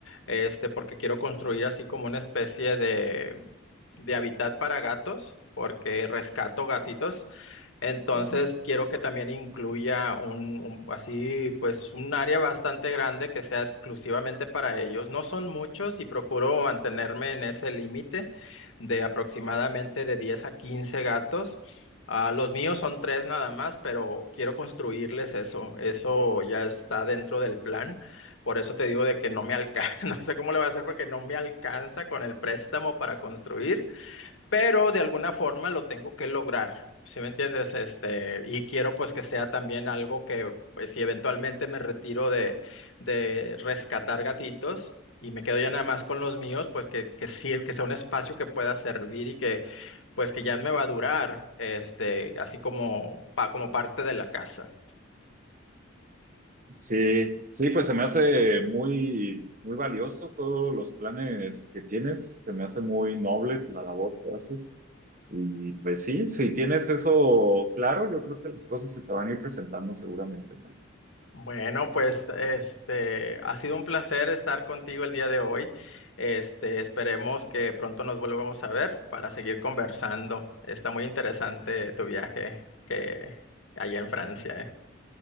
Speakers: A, on the left (about 80°); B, on the right (about 40°).
A: este porque quiero construir así como una especie de de hábitat para gatos, porque rescato gatitos. Entonces,
B: Ajá,
A: quiero que también incluya un, un- así, pues, un área bastante grande que sea exclusivamente para ellos. No son muchos y procuro mantenerme en ese límite de aproximadamente de 10 a 15 gatos. Ah, los míos son tres nada más, pero quiero construirles eso. Eso ya está dentro del plan. Por eso te digo de que no me alcanza, <laughs> no sé cómo le va a hacer porque no me alcanza con el préstamo para construir pero de
B: ajá.
A: alguna forma lo tengo que lograr, ¿sí me entiendes? Este, y quiero pues que sea también algo que, pues si eventualmente me retiro de, de rescatar gatitos y me quedo ya nada más con los míos, pues que, que, sir- que sea un espacio que pueda servir y que pues que ya me va a durar, este, así como, pa- como parte de la casa.
B: Sí, sí, pues se me hace muy, muy valioso todos los planes que tienes, se me hace muy noble la labor que haces. Y pues sí, si tienes eso claro, yo creo que las cosas se te van a ir presentando seguramente, Mari.
A: Bueno, pues este ha sido un placer estar contigo el día de hoy. Este, esperemos que pronto nos volvamos a ver para seguir conversando. Está muy interesante tu viaje que allá en Francia, eh.